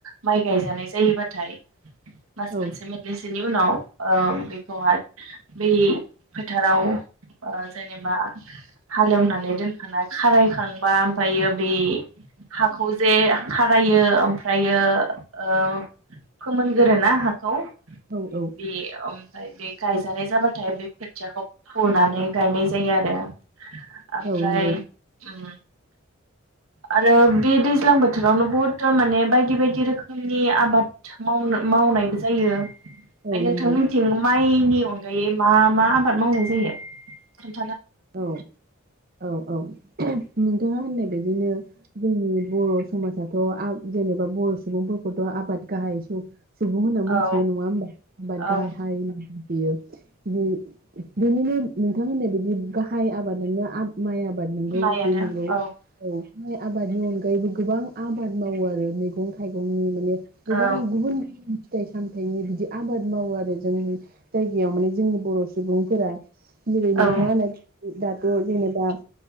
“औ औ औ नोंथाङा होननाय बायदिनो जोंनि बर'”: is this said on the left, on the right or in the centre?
Right